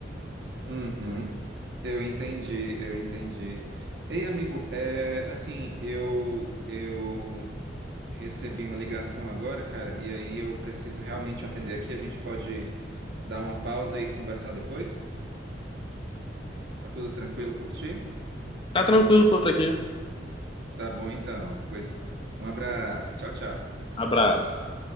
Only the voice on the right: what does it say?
uhum. Eu entendi, eu entendi. Ei, amigo, é, assim, eu eu recebi uma ligação agora, cara, e aí eu preciso realmente atender aqui. A gente pode dar uma pausa e conversar depois? Tá tudo tranquilo por ti?
Tá bom, então. Pois um abraço, tchau, tchau.